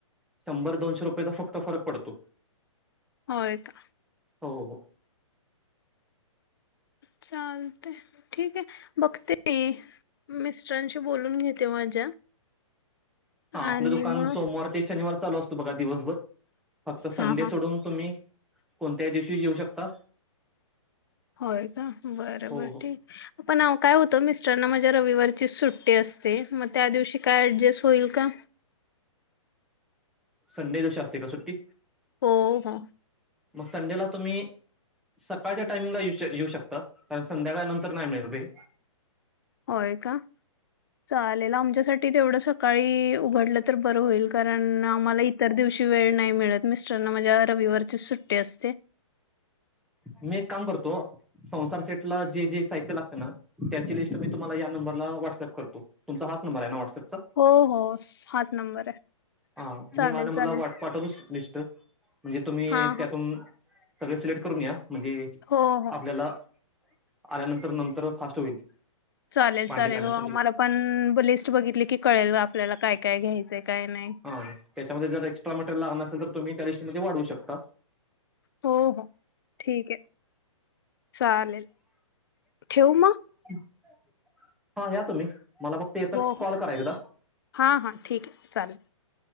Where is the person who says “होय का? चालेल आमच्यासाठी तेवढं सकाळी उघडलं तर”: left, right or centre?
Left